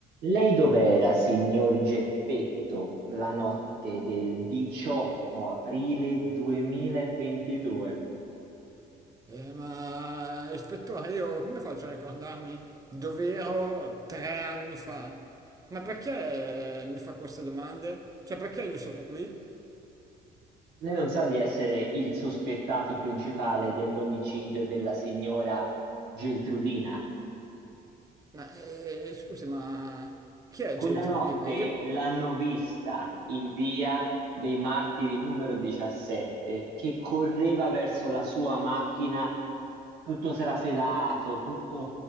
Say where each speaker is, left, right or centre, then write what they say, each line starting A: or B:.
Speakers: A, on the right (about 75°); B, on the right (about 20°).
A: Lei dov'era, signor Geppetto, la notte del 18 aprile 2022?
B: Eh, ma ispettore, io come faccio a ricordarmi dove ero tre anni fa? Ma perché mi fa queste domande? Cioè, perché io sono qui?
A: Lei non sa di essere il sospettato principale dell'omicidio della signora Geltrudina?
B: Ma eh, scusi, ma chi è
A: Quella
B: Geltrudina?
A: notte
B: Io,
A: l'hanno vista in via dei Martiri numero 17, che correva verso la sua macchina tutto trafelato, tutto